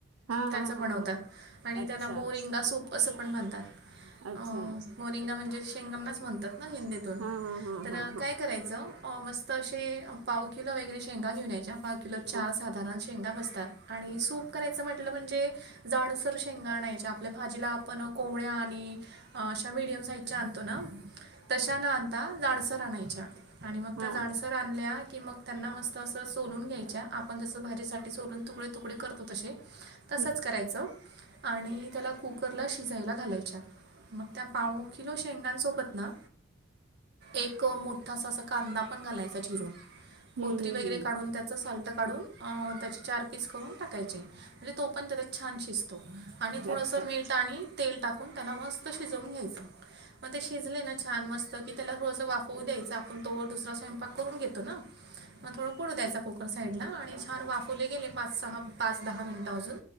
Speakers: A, on the right; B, on the right.
A: हा
B: त्याचं
A: हा हा
B: बनवतात.
A: हा
B: आणि
A: अच्छा
B: त्याला मोरिंगा सूप असं पण म्हणतात.
A: अच्छा
B: अ मोरिंगा म्हणजे शेंगानाच म्हणतात ना हिंदीतून.
A: हा हा हा
B: तर
A: हा हा
B: काय करायचं मस्त असे पाव किलो वगैर शेंगा घेऊन यायच्या. पाव किलो चा
A: हा
B: साध <unintelligible> शेंगा बसतात आणि सूप करायच म्हटलं म्हणजे जाड तर शेंगा आणायच्या. आपल्या भाजीला आपण कोवळ्या आणि अशा मीडियम साईजच्या आणतो ना. तशा न आणता जाडसर आणायच्या आणि मग
A: हा
B: त्या जाडसर आणल्या, की मग त्यांना मस्त असं सोलून घ्यायच्या. आपण जसं भाजीसाठी सोलून तुकडे तुकडे करतो तसे.
A: <inaudible>
B: तसंच करायचं आणि त्याला कुकरला शिजायला घालायच्या. मग त्या पाव किलो शेंगांसोबत ना एक मोठासा असा कांदा पण घालायचा चिरून.
A: हम्म
B: पोतरी
A: हम्म
B: वगैरे
A: हम्म
B: काढून त्याचं सालट काढून अ त्याचे चार पीस करून टाकायचे म्हणजे तो पण त्याच्यात छान शिजतो. आणि थोडंसं
A: अच्छा
B: मीठ आणि तेल टाकून त्याला मस्त शिजवून घ्यायचं पण ते शिजले ना छान मस् की त्याला थोडंस वाफवू द्यायचं, आपण तोवर दुसरा स्वयंपाक करून घेतो ना. मग थोडं पडू द्यायचा कुकर साईडला आणि छान वाफवले गेले पाच सहा, पाच दहा मिनिटं अजून.